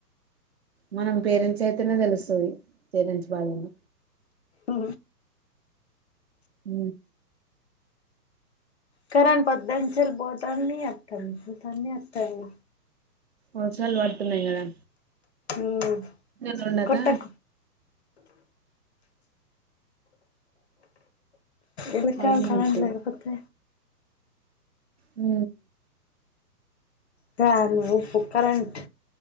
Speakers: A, on the right; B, on the left.
A: మనం పేరెంట్స్ అయితేనే తెలుస్తది పేరెంట్స్ బాధలు
B: ఉ
A: హ
B: కరెంట్ పొద్దున్నుంచేలి పోతాందీ వత్తాంది పోతాంది వత్తాది
A: వర్షాలు పడుతున్నాయి కదా
B: ఉ
A: ఎండలు ఉండక
B: కొట్టకు ఎండాకాలం
A: అలానే
B: కరెంట్
A: అయితది
B: లేపోతే
A: ఉ
B: దాను ఉప్ కరెంట్